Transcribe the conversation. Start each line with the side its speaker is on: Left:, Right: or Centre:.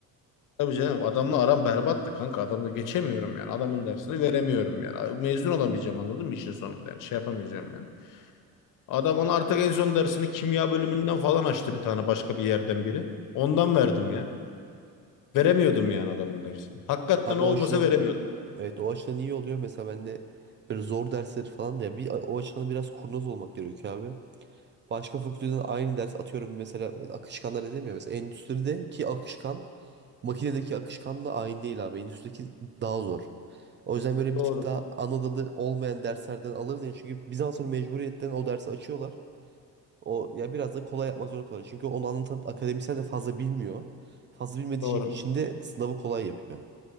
Left: Tabii canım adamla aram berbattı kanka. Adamla geçemiyorum yani. Adamın dersini veremiyorum yani. Mezun olamayacağım anladın mı işin sonunda yani. Şey yapamayacağım yani. Adam ona artık en son dersini kimya bölümünden falan açtı bir tane başka bir yerden biri. Ondan verdim ya. Veremiyordum yani adamın dersini. Hakikaten
Right: Abi
Left: olmasa
Right: o açıdan
Left: veremiyordum.
Right: evet o açıdan iyi oluyor. Mesela ben de böyle zor dersleri falan ya bir, o açıdan biraz kurnaz olmak gerekiyor abi. Başka fakülteden aynı ders atıyorum mesela, mesela akışkanlar edemiyor. Mesela endüstrideki akışkan makinedeki akışkanla aynı değil abi. Endüstrideki daha zor. O yüzden böyle
Left: Doğru,
Right: bir tık daha Anadolu olmayan derslerden alırız. Yani çünkü Bizans'ın mecburiyetten o dersi açıyorlar. O ya biraz da kolay yapmak zorunda kalıyor. Çünkü onu anlatan akademisyen de fazla bilmiyor. Fazla bilmediği
Left: doğru,
Right: için içinde sınavı kolay yapıyor.